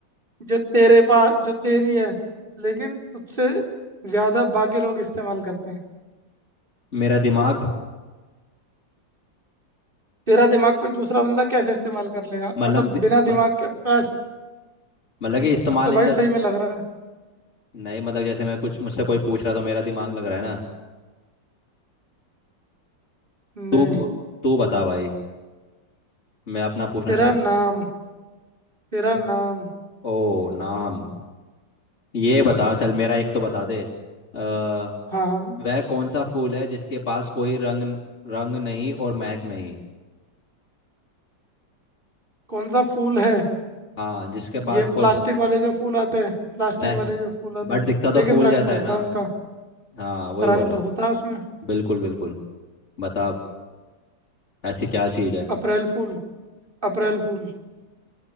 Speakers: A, on the right; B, on the left.
A: जो तेरे पास जो तेरी है लेकिन तुझसे ज्यादा बाकी लोग इस्तेमाल करते हैं
B: मेरा दिमाग
A: तेरा दिमाग कोई दूसरा बंदा कैसे इस्तेमाल कर लेगा
B: मतलब
A: मतलब
B: दि,
A: बिना
B: म-
A: दिमाग के पास
B: मतलब कि इस्तेमाल
A: तो भाई
B: इन द
A: सही में लग रहा है
B: नहीं मतलब जैसे मैं कुछ मुझसे कोई पूछ रहा तो मेरा दिमाग लग रहा है ना
A: नहीं
B: तू पू- तू बता भाई मैं अपना पूछना
A: तेरा
B: चाहता
A: नाम तेरा
B: हूँ
A: नाम
B: ओ नाम ये बता चल मेरा एक तो बता दे अ,
A: हाँ हाँ
B: वह कौन सा फूल है जिसके पास कोई रंग रंग नहीं और महक नहीं
A: कौन सा फूल है
B: हाँ जिसके पास
A: ये
B: कोई
A: प्लास्टिक वाले जो फूल आते हैं प्लास्टिक
B: नहीं
A: वाले जो फूल आते
B: बट
A: हैं
B: दिखता
A: लेकिन
B: तो फूल
A: रंग
B: जैसा
A: तो
B: है
A: होता
B: ना
A: है उनका
B: हाँ वही
A: रंग
B: बोलो
A: तो होता है उसमें
B: बिल्कुल बिल्कुल बता अब, ऐसी क्या चीज है
A: अप्रैल फूल अप्रैल फूल